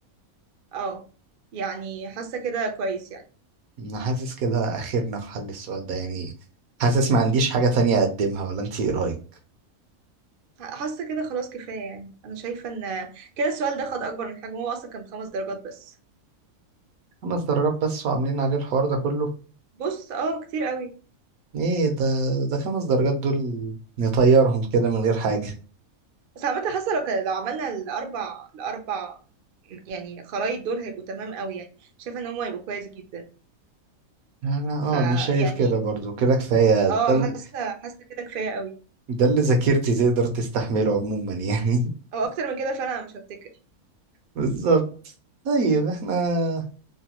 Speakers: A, on the right (about 55°); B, on the right (about 75°).
A: اه يعني حاسة كده كويس يعني
B: انا حاسس كده اخرنا في حل السؤال ده يعني حاسس ما عنديش حاجة تانية اقدمها ولا انت ايه رايك
A: حاسة كده خلاص كفاية يعني أنا شايفة إن كده السؤال ده خد أكبر من حجمه هو أصلا كان بخمس درجات بس
B: خمس درجات بس وعاملين عليه الحوار ده كله
A: بص اه كتير قوي
B: ايه ده ده خمس درجات دول نطيرهم كده من غير حاجة
A: بس عامة حاسة لو كان- لو عملنا الأربع الأربع يعني خرايط دول هيبقوا تمام قوي يعني شايفة إن هم هيبقوا كويس جدا
B: انا
A: فيعني
B: اه انا شايف كده برضو كده كفاية
A: اه
B: ده ال-
A: حاسة حاسة كده كفاية قوي
B: ده اللي ذاكرتي تقدر تستحمله عموما يعني <laughs>
A: أو أكتر من كده فعلا أنا مش هفتكر
B: بالظبط طيب احنا